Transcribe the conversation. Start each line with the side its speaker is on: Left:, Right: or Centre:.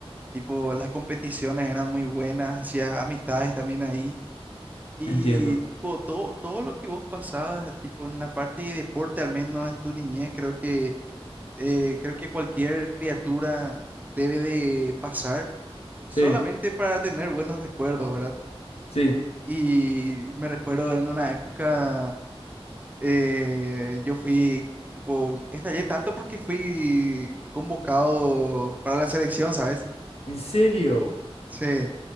Right: tipo, las competiciones eran muy buenas, hacías amistades también ahí. Y
Left: Entiendo.
Right: tipo, todo, todo lo que vos pasabas, tipo, en la parte de deporte, al menos en tu niñez, creo que eh, creo que cualquier criatura debe de pasar solamente
Left: Sí,
Right: para tener buenos recuerdos, ¿verdad?
Left: sí.
Right: Y me recuerdo en una época, eh, yo fui, tipo, estallé tanto porque fui convocado para la selección, ¿sabes?
Left: ¿En serio?
Right: Sí.